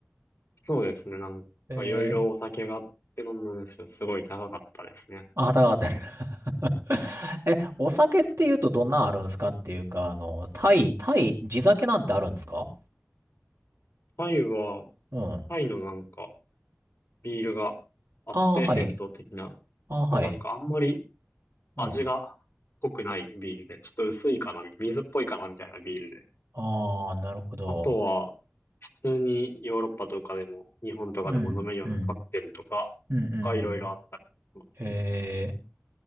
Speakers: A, on the left (about 55°); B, on the right (about 70°).
A: そうですね。なんかいろいろお酒があって飲んだんですけど、
B: えー、
A: すごい高かったですね。
B: あ、高かったです。<laughs> え、お酒って言うとどんなあるんですかっていうか、あの、タイ、タイ、地酒なんてあるんですか
A: タイは、
B: うん。あ
A: タイのなんかビールがあって伝統的な。
B: あ、はい。ああ、はい。
A: でもなんかあんまり
B: うん。
A: 味が濃くないビールで、ちょっと薄いかな、水っぽいかなみたいなビールで。
B: ああ、なるほど。
A: あとは、普通にヨーロッパとかでも、日本とかでも飲めるようなカクテルとかがいろいろあったりしますね。
B: うん、うん、うん、うん、うん。えー、